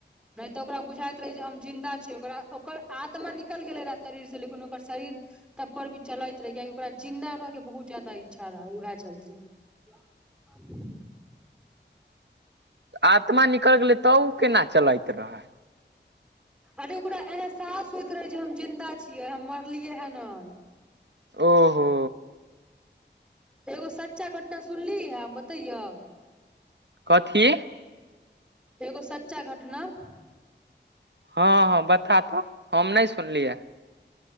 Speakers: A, in the centre; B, on the right (about 70°).
A: नहि त ओकरा बुझाइत रहय जे हम जिन्दा छियै ओकरा ओकर आत्मा निकल गेलै रहा शरीर से लेकिन ओकर शरीर तब पर भी चलैत रहै कियाकि ओकरा जिन्दा रहैके बहुत जादा इच्छा रहै उएह चलते। <inaudible>
B: आत्मा निकल गेलै त उ केना चलैत रहै।
A: अरे ओकरा एहसास होइत रहय जे हम जिन्दा छियै हम मरलियै है नय
B: ओहो।
A: एगो सच्चा घटना सुनली है हम बतैयौ।
B: कथी?
A: एगो सच्चा घटना।
B: हँ- हँ बता त हम नहि सुनलियै।